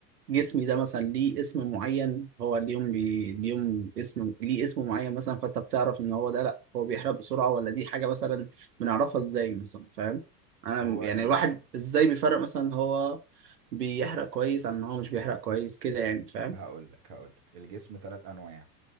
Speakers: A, on the right; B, on the right.
A: جسمي ده مثلا ليه اسم معين هو اليوم بي... اليوم اسم ليه اسم معين مثلا فانت بتعرف ان هو ده لا هو بيحرق بسرعه ولا دي حاجه مثلا بنعرفها ازاي مثلا فاهم انا
B: هو ال
A: يعني الواحد ازاي بيفرق مثلا هو بيحرق كويس عن ان هو مش بيحرق كويس كده يعني فاهم
B: هقول لك هقول لك الجسم ثلاث انواع